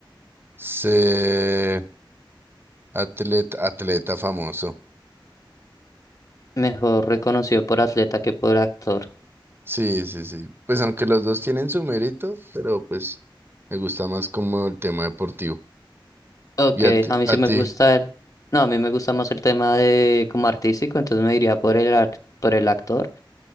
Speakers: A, on the right; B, on the left.
A: Sí. Atleta, atleta famoso.
B: Mejor reconocido por atleta que por actor.
A: Sí, sí, sí. Pues aunque los dos tienen su mérito, pero pues me gusta más como el tema deportivo.
B: Ok,
A: ¿Y a ti?
B: a mí
A: A
B: sí me
A: ti?
B: gusta el... No, a mí me gusta más el tema de como artístico, entonces me diría por el, ac- por el actor.